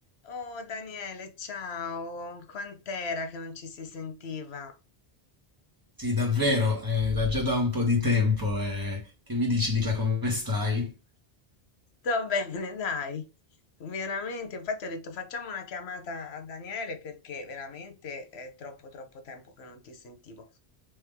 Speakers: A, on the left; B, on the right.
A: Oh Daniele, ciao, quant'era che non ci si sentiva?
B: Sì, davvero, eh, da già da un po' di tempo. eh. Che mi dici, Nicla, come stai?
A: Sto bene, dai, veramente, infatti ho detto facciamo una chiamata a Daniele perché veramente è troppo troppo tempo che non ti sentivo.